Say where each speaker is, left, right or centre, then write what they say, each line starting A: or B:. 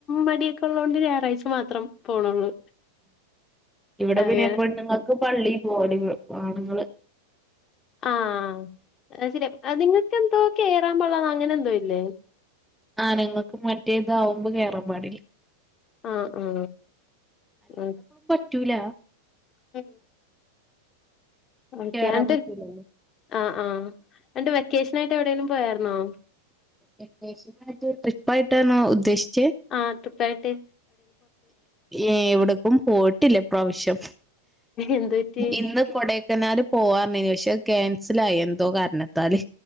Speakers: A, on the left; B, in the centre.
A: മടിയൊക്കെ ഉള്ളത കൊണ്ട് ഞായറാഴ്ച മാത്രം പോണുള്ളൂ
B: ഇവിടെ
A: അങ്ങനെ
B: പിന്നെപെണ്ണുങ്ങൾക്ക് പള്ളി പോവ ആണുങ്ങൾ
A: ആഹ നിങ്ങൾക്കെന്തോ കേറാൻ പാടില്ല അങ്ങനെ എന്തോ ഇല്ലേ
B: ആ ഞങ്ങൾക്ക് മറ്റേതാവുമ്പോ കേയറൻ പാടില്ല
A: ആ ആ ഉം
B: റ്റൂല
A: ഉം ഓക്കെ
B: കേറാൻ
A: ന്നിട്ട്
B: പറ്റൂല
A: ആ ആ എന്നിട്ട് വെക്കേഷൻ ആയിട്ട് എവിടേലും പോയരുന്നോ
B: വെക്കേഷനായിട്ട് ട്രിപ്പായിട്ടണോ ഉദ്ദേശി
A: ആ ട്രിപ്പായി ട്ടേ
B: ഏ എവിടക്കും പോയിട്ടില്ലേ ഈ പ്രാവശ്യം
A: എന്ത് പറ്റി
B: ഇന്ന് കൊട ക്കനാൽ പോവപറഞ്ഞിനി പക്ഷെ അത് ക്യാൻസൽ ആയി എന്തോ കാരണത്താല്